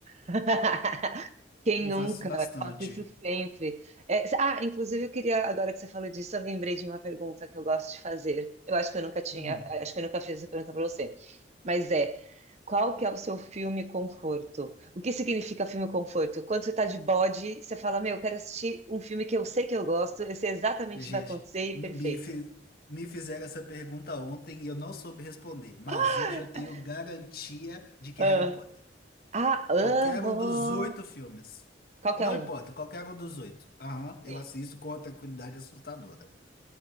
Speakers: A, on the right; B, on the left.
A: <laughs> Quem
B: Eu
A: nunca?
B: faço isso bastante.
A: Eu faço isso sempre. É, ah, inclusive eu queria, agora que você falou disso, eu lembrei de uma pergunta que eu gosto de fazer. Eu acho que eu nunca tinha,
B: Uhum.
A: eh, acho que eu nunca fiz essa pergunta para você. Mas é, qual que é o seu filme conforto? O que significa filme conforto? Quando você está de bode, você fala, meu, eu quero assistir um filme que eu sei que eu gosto, eu sei exatamente
B: Gente,
A: o que vai acontecer e
B: me,
A: perfeito.
B: fi- me fizeram essa pergunta ontem e eu não soube responder, mas
A: <gasps>
B: hoje eu tenho garantia de que
A: Ah,
B: é Harry Potter.
A: ah, amo!
B: Qualquer um dos oito filmes.
A: Qualquer
B: Não
A: um.
B: importa, qualquer um dos oito. Aham, eu
A: Sim.
B: assisto com uma tranquilidade assustadora.